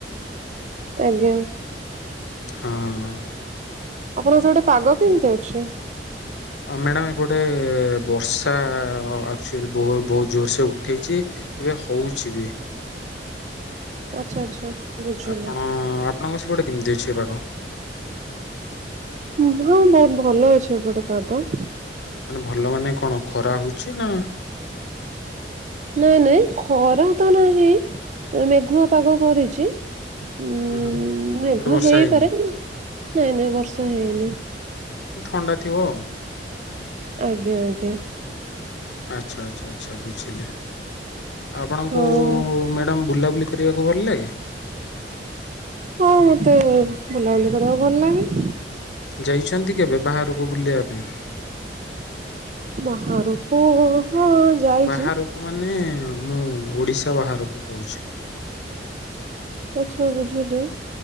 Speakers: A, on the right; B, on the left.
A: ଆଜ୍ଞା।
B: ହଁ।
A: ଆପଣଙ୍କ ସେପଟେ ପାଗ କେମିତି ଅଛି?
B: ହଁ ମ୍ୟାଡାମ ଏପଟେ ବର୍ଷା ଆକଚୁଆଲି ବହୁତ ବହୁତ ଜୋର ସେ ଉଠେଇଛି। ଏବେ ହଉଛି ବି।
A: ଆଚ୍ଛା ଆଚ୍ଛା। ବୁଝିଲି।
B: ଆପଣ ଆପଣଙ୍କ ସେପଟେ କେମିତି ଅଛି ଏ ପାଗ?
A: ହଁ ବହୁତ ଭଲ ଅଛି ଏପଟେ ପାଗ।
B: ମାନେ ଭଲ ମାନେ କଣ ଖରା ହେଉଛି ନା।
A: ନାଇଁ ନାଇଁ ଖରା ତ ନାହିଁ ଏ ମେଘୁଆ ପାଗ କରିଛି। ଉଁ
B: ହୁଁ ହୁଁ
A: ମେଘ
B: ଗୋଟେ ବର୍ଷା
A: ହେଇପାରେ
B: ହେଇନି?
A: ନାଇଁ ନାଇଁ ବର୍ଷା ହେଇନି।
B: ତାହେଲେ ଥଣ୍ଡା ଥିବ ଆଉ।
A: ଆଜ୍ଞା ଆଜ୍ଞା।
B: ଆଚ୍ଛା ଆଚ୍ଛା ଆଚ୍ଛା ବୁଝିଲି। ଆପଣଙ୍କୁ
A: ହଁ
B: ମ୍ୟାଡ଼ାମ ବୁଲାବୁଲି କରିବାକୁ ଭଲ ଲାଗେ?
A: ହଁ ମତେ ବୁଲାବୁଲି କରିବାକୁ ଭଲ ଲାଗେ।
B: ଯାଇଛନ୍ତି କେବେ ବାହାରକୁ ବୁଲିବା ପାଇଁ?
A: ବାହାରୁକୁ ହଁ। ଯାଇଛି
B: ବାହାରକୁ ମାନେ ମୁଁ ଓଡିଶା ବାହାରକୁ କହୁଛି।
A: ଆଚ୍ଛା ବୁଝିଲି